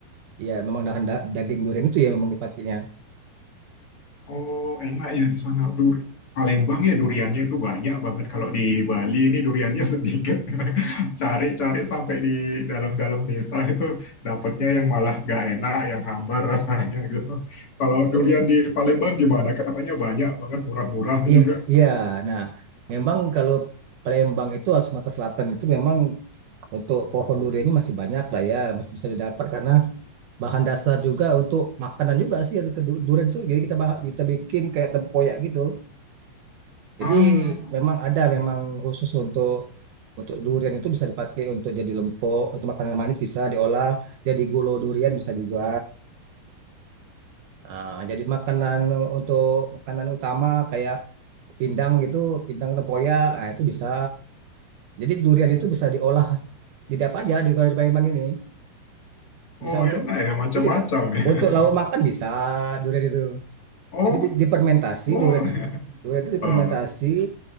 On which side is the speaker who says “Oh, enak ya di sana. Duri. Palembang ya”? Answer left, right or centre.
Left